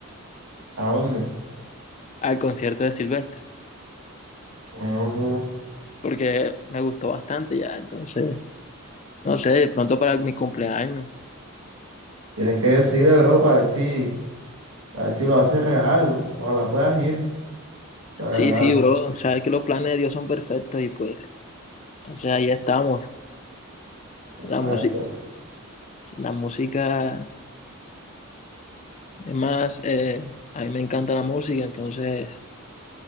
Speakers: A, on the right (about 80°); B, on the left (about 30°).
A: ¿a dónde?
B: al concierto de Silvestre,
A: Mm.
B: porque me gustó bastante ya, entonces, no sé, de pronto para mi cumpleaños.
A: Tienes que decirle, bro, para ver si, para ver si lo haces real. Ojalá puedas ir, la verdad.
B: Sí, sí, bro, sabes que los planes de Dios son perfectos y pues, entonces ahí estamos.
A: Exacto,
B: La música,
A: bro.
B: la música, es más, eh, a mí me encanta la música, entonces,